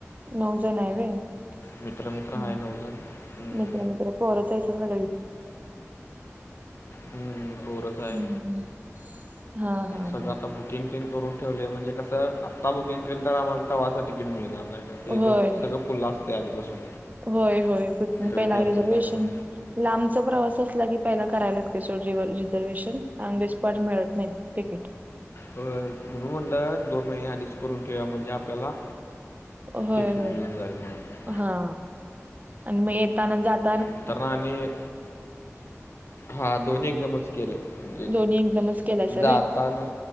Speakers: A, on the right; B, on the left.
A: नऊ जण आहे होय हम
B: मित्र मित्र आहे नऊ जण हम्म,
A: मित्र मित्र. म्हणजे पोरच हाईसा सगळी?
B: हम पोरच
A: हम्म
B: हाय
A: हम्म हा हा
B: सगळं
A: हा
B: आता बुकिंग तेन करून ठेवलय म्हणजे कसं आत्ता बुकिंग केलंल तर आम्हाला तवाचं तिकीट मिळणार नाय. त्या ते
A: होय
B: दोन सगळं फुल्ल असतय आधीपासून,
A: होय होय बुकिंग
B: गर्दी
A: पहिला
B: असते
A: रिझर्वेशन
B: त्यामुळे
A: लांबचा प्रवास असला की पहिला करायला लागतय सोड रिझर्वे्शन ऑन द स्पॉट मिळत नाहीत. तिकीट.
B: होय म्हणून म्हणल दोन महिने आधीच करून ठेऊया म्हणजे आपल्याला
A: होय
B: तिकीट मिळून
A: होय
B: जाईल म्हणून
A: हा आणि मग येताना जात
B: नंतरन आणि हा दोन्ही एकदमच केलय. म्हणजे
A: दोन्ही एकदमच केलायसा
B: जातना
A: व्हय?